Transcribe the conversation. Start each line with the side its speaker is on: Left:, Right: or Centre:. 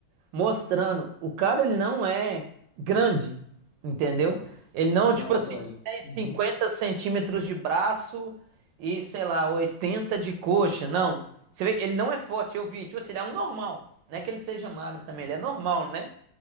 Right: Mostrando, o cara ele não é grande, entendeu? Ele não, tipo
Left: No Anatoly.
Right: assim, tem
Left: Uhum.
Right: 50 centímetros de braço e, sei lá, 80 de coxa, não. Você vê, ele não é forte, eu vi, tipo assim, ele é um normal. Não é que ele seja magro também, ele é normal, né?